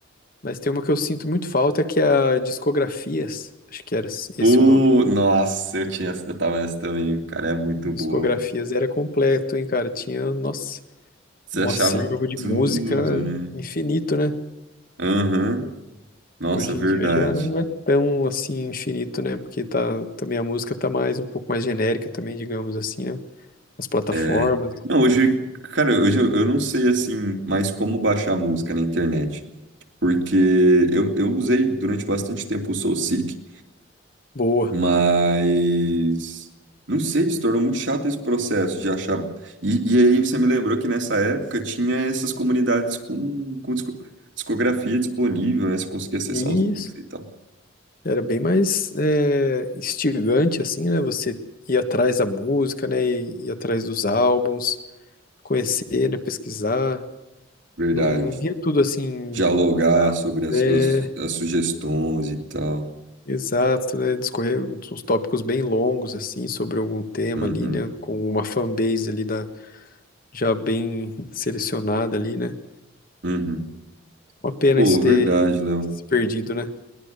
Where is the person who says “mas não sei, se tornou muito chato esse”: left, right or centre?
Right